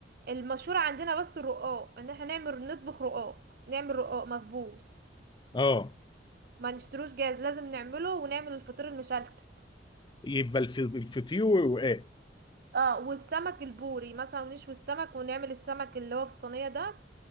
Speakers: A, on the right (about 55°); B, on the left (about 25°).
A: المشهور عندنا بس الرقاق ان احنا نعمل نطبخ رقاق نعمل رقاق مخبوز
B: اه
A: ما نشتروش جاهز لازم نعمله ونعمل الفطير المشلتت
B: يبقى الف- الفطير والرقاق
A: اه والسمك البوري مثلا نشوي السمك ونعمل السمك اللي هو في الصينيه ده